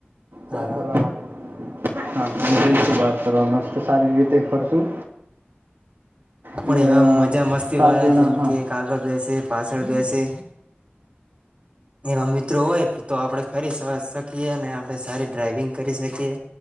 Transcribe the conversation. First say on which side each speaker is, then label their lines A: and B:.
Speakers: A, on the right (about 70°); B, on the right (about 30°).
A: બહાર
B: હા હા
A: ફરવા માટે હા હશું
B: હા હા
A: બાર ફરવા મસ્ત સારી રીતે ફરશું
B: આપણ
A: અને
B: એવા
A: અ,
B: મજા મસ્તી
A: સાત
B: વાળા
A: જણા
B: જેમ
A: હા
B: કે કાગળ બેસે પાછળ બેસે એમાં મિત્રો હોય તો આપડણે ફરી શકીએ અને આપણે સારી ડ્રાાઈવિંગ કરી શકીએ